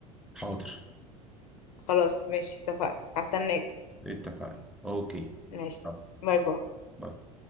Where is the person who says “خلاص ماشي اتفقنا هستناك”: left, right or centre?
Left